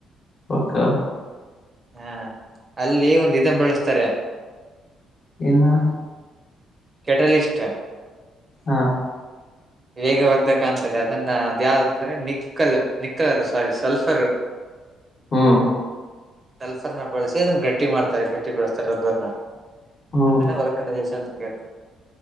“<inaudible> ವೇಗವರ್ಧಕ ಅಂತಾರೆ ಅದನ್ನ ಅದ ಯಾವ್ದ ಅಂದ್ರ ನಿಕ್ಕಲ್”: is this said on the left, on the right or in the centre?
Right